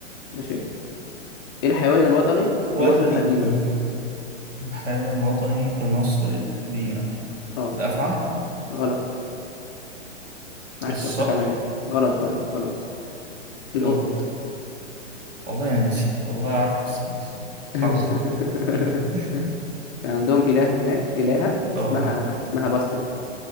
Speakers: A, on the left; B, on the right.
A: ماشي إيه الحيوان الوطني
B: ودي
A: في مصر القديمة؟
B: <laughs> الحيوان الوطني في مصر القديمة
A: أه
B: الأفعى
A: غلط معاك
B: الصقر
A: فرصة كمان غلط برضو خلاص القط
B: أوه والله يا ناسي والله عارف بس ناسي
A: <laughs>
B: حظك <laughs>
A: كان عندهم إله هناك إلهة اسمها
B: آه
A: اسمها باستت